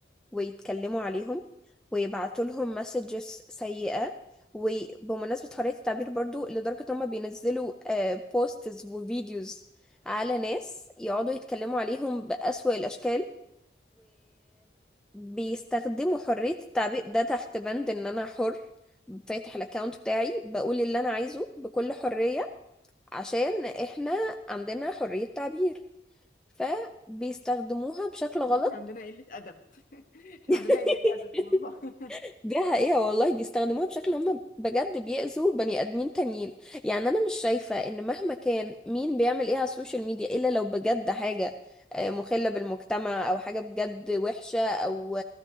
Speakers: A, in the centre; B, on the left.
A: ويتكلموا عليهم ويبعتوا لهم مسجز سيئة وبمناسبة حرية التعبير برضو لدرجة ان هم بينزلوا بوستز وفيديوز على ناس يقعدوا يتكلموا عليهم بأسوأ الأشكال وبيستخدموا حرية التعبير ده تحت بند ان انا حر فاتح الاكونت بتاعي بقول اللي انا عايزه بكل حرية عشان احنا عندنا حرية تعبير فبيستخدموها بشكل غلط
B: <laughs> احنا عندنا قلة ادب <laughs> احنا
A: <laughs>
B: عندنا قلة ادب والله <laughs>
A: دي حقيقة والله بيستخدموها بشكل هم بجد بيأذوا بني آدمين تانيين يعني أنا مش شايفة إن مهما كان مين بيعمل إيه على السوشيال ميديا إلا لو بجد حاجة آه، مخلة بالمجتمع أو حاجة بجد وحشة أو